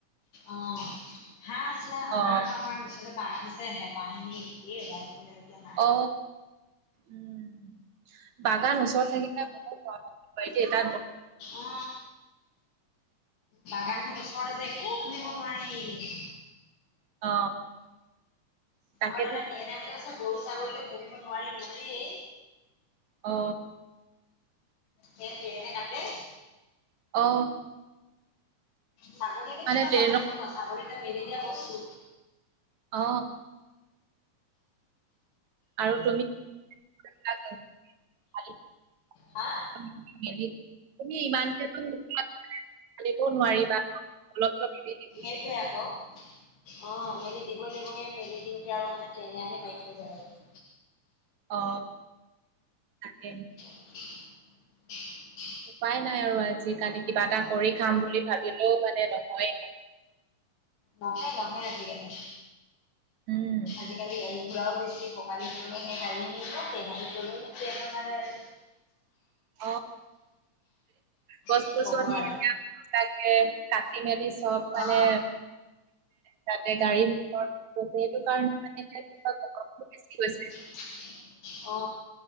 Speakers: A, on the left; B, on the right.
A: অ হাঁহ আছিলে
B: অ
A: হাঁহ আকৌ আমাৰ পিছফালে বাগান আছে হেপাহে নি গোটেই এদাই কৰিলে এতিয়া হাহঁ
B: অ উম বাগান ওচৰত থাকিলে বহুত ভয় হয় <unintelligible>
A: অ বাগানখন ওচৰতে যে একো পোহিব নোৱাৰি
B: অ তাকেতো
A: আৰু তাতে তেন আহিলেও চোন গৰু ছাগলীও পুহিব নোৱাৰি নোৱাৰিয়ে
B: অ
A: সেই ট্ৰেনে কাটে
B: অ
A: ছাগলী নো
B: মানে
A: কিমান
B: ট্ৰেইনত
A: বান্ধি থব বাৰু ছাগলী ত মেলি দিয়া বস্তু
B: অ আৰু তুমি <unintelligible> <unintelligible>
A: হা
B: তুমি ইমানকে তু <unintelligible> <unintelligible> নোৱাৰিবা অলপ অলপ <unintelligible>
A: সেইটোৱে আকৌ অ মেলি দিবই লাগিব হে মেলি দিওঁতে আৰু মানে ট্ৰেনে আহি মাৰি থৈ যায় আৰু
B: অ তাকে
A: <unintelligible>
B: উপায় নাই আৰু আজিকালি কিবা এটা কৰি খাম বুলি ভাবিলেও মানে নহয়
A: নহয় নহয় আজিকালি
B: উম,
A: আজিকালি গাড়ী ঘোৰাও বেছি হল বালিত গলৌ হে গাড়ীয়ে নেৰিব ট্ৰেন আলিত গলৌ হে ট্ৰেনে মাৰে আৰু
B: অ গছ-গছনি
A: কি ক'ব আৰু
B: <unintelligible> কাটি মেলি চব মানে
A: অ
B: তাতে গাড়ীত <unintelligible> সেইটো কাৰণে মানে এয়া কিবা গৰমটো বেছি হৈছে
A: অ